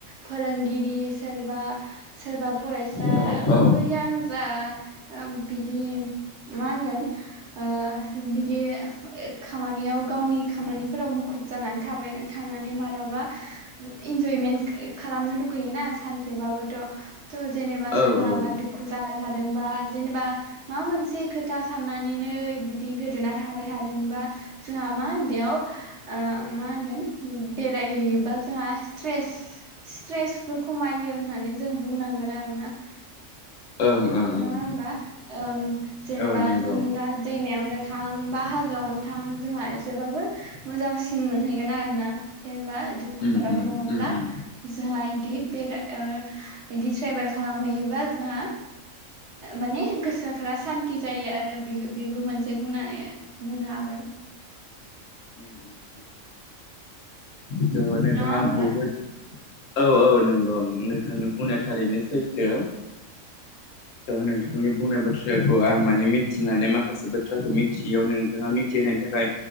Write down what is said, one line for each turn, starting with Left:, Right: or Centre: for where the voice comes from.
Right: फोरोंगिरि सोरबा सोरबा फरायसा
Left: औ औ
Right: बैयानो जा ओ बिदि मा होनगोन ओ बिदि ए खामानियाव गावनि खामानिफोराव मुखुब जानानै थाबाय थानानै मान लाबा इनजयमेन्ट खालामनो लुगैयोना सानसेबाबोथ' थ' जेनेबा
Left: ओं
Right: सोरबाबा दुखु जाना थादोंबा जेनेबा माबा मोनसे खोथा साननानैनो बिदि गोदोना थाबाय थादोंबा जोंहा मा बेयाव ओ मा होनो बेरायहैयोबा जोंहा स्ट्रेस स्ट्रेसबो खमायो होननानै जों बुंनांगोन आरो ना ।
Left: ओं ओं
Right: नङा होमबा ओं जेनेबा
Left: औ नंगौ
Right: जों दा दैमायावनो थां बा हाजोआवनो थाङो जोंहा एसेबाबो मोजांसिन मोनहैगोन आरो ना जेनेबा दुखुफोराव
Left: उम उम
Right: दङब्ला
Left: उम उम
Right: जाहा इदि
Left: उम
Right: बेरा ओ बिदि ट्रेभेल खालामहैयोबा जोंहा माने गोसोफोरा सान्ति जायो आरो बे-बेबो मोनसे बुंनानै बुंनो हागोन।
Left: उम उम उम थ' नोंथाङा
Right: नङा होमबा
Left: बहुद औ औ नंगौ नोंथां, बुंनाया थारैनो सैथो, त नोंथांनि बुंनाय बाथ्राखौ आं माने मिथिनानै माखासे बाथ्राखौ मिथियैयाव नोंथाङा मिथिहोनायनि थाखाय